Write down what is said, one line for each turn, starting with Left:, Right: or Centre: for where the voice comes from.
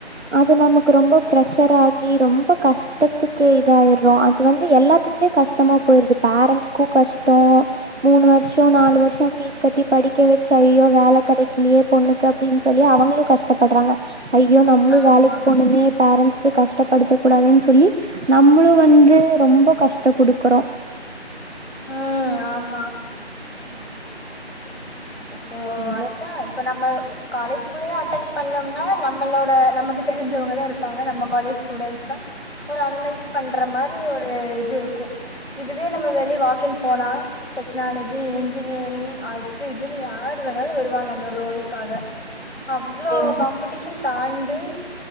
Right: அது நமக்கு ரொம்ப பிரஷர் ஆகி ரொம்ப கஷ் ட்டத்துக்கு இதாயிறோ அது வந்து எல்லாத்துக்குமே கஷ்டமா போயிருது பேரண்ட்ஸ்கு கஷ்டோ மூணு வருஷோ நாலு வருஷோ ஃபீஸ் கட்டி படிக்க வெச்சு ஐயோ வேலை கிடைக்கலையே பொண்ணுக்கு அப்படின்னு சொல்லி அவங்களு கஷ்டப்படுறாங்க ஐயோ நம்ம மளு
Left: ஆமா
Right: வேலைக்கு போணுமே பேரண்ட்ஸ்க்கு கஷ்டப்படுத்த கூடாதுன்னு சொல்லி நம்மளு வந்து ரொம்ப கஷ்ட குடுக்குறோ
Left: ம் ஆமா இப்போ
Right: என்ன
Left: அதுதா இப்ப நம்ம காலேஜ் குள்ளயு அட்டென் பண்ணம்னா நம்மளோட நமக்கு தெரிஞ்சவங்கதா இருப்பாங்க நம்ம காலேஜ் ஸ்டூடெண்ட்ஸ் தா ஒரு அனலைஸ் பண்ற மாரி ஒரு இது இருக்கு இதுவே நம்ம வெளிய வாக்கின் போனா டெக்னாலஜி இன்ஜினியரிங் அது து இதுன்னு யாரு வேணாலு வருவாங்க அந்த ஒரு ரோலுக்காக அவ்வளோ
Right: ம்
Left: காம்படிஷன் தாண்டி